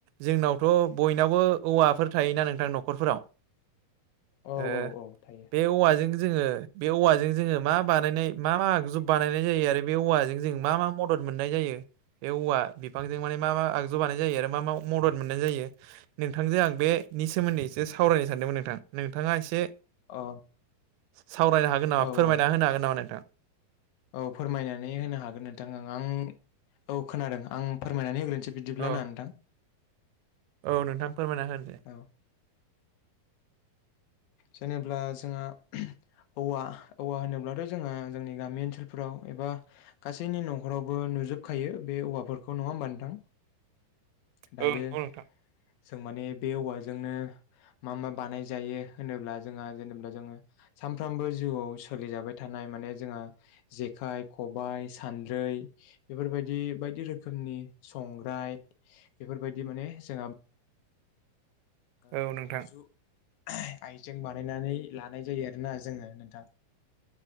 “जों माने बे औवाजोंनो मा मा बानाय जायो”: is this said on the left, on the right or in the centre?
Left